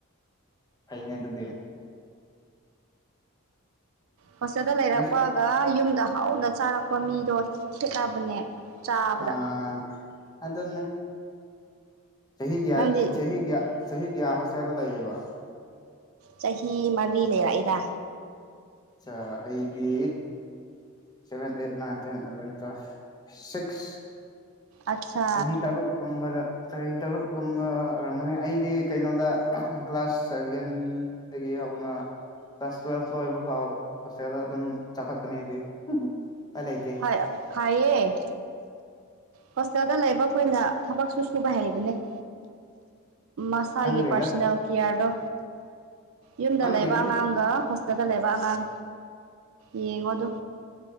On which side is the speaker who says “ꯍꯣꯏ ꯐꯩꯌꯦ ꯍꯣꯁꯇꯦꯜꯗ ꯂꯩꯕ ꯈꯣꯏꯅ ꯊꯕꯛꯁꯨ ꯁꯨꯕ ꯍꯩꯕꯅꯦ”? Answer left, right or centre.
Right